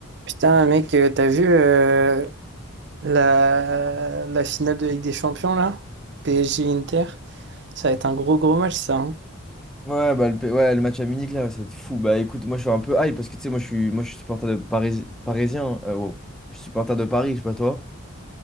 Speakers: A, on the right; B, in the centre.
A: Putain, mec, euh, t'as vu euh, la, la finale de Ligue des Champions là? PSG-Inter? Ça va être un gros gros match ça. hein.
B: Ouais, bah, le, P- ouais, le match à Munich, là, c'est fou. Bah écoute, moi je suis un peu hype parce que tu sais, moi je suis, moi, je suis supporter de Paris, parisien. hein. Euh, wow. Je suis supporter de Paris, je sais pas toi.